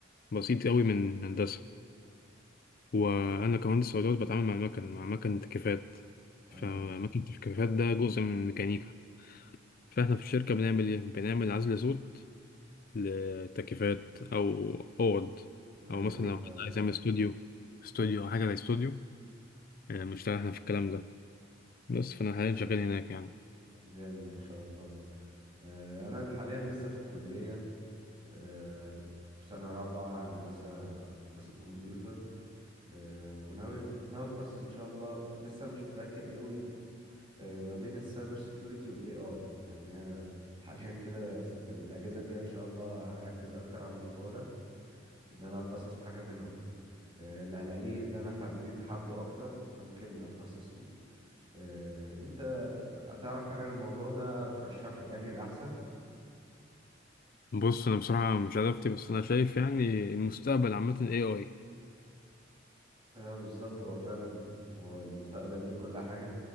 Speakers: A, on the left; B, on the right.
A: بسيط قوي من هندسه وانا كمهندس صوتيات بتعامل مع المكن مع مكن تكييفات
B: اه
A: فمكن التكييفات ده جزء من الميكانيكا فاحنا في الشركة بنعمل ايه بنعمل عزل صوت لتكييفات او اوض
B: ايوه
A: او مثلا لو
B: آه،
A: حد عايز يعمل استوديو استوديو او حاجة زي استوديو آه، بنشتغل احنا في الكلام ده بس فانا حاليا شغال هناك يعني
B: جامد ما شاء الله آه، انا حاليا لسه في الكلية آه، في سنة رابعة هندسة هندسة كمبيوتر آه، وناوي ناوي اتخصص ان شاء الله لسه مش متأكد قوي آه، ما بين السايبر سيكيورتي والاي اي يعني أنا حاليا كده س- الاجازه الجايه ان شاء الله هركز اكتر على الموضوع ده ان انا اتخصص في حاجه منهم آه، اللي هلاقيه اللي انا حبي حابه اكتر ممكن اتخصص فيه آه، انت هتعرف حاجه عن الموضوع ده ترشح لي انهي الاحسن
A: بص انا بصراحة مش عرفت بس انا شايف يعني المستقبل عامة اي اي
B: اه بالظبط هو فعلا هو المستقبل ليه كل حاجه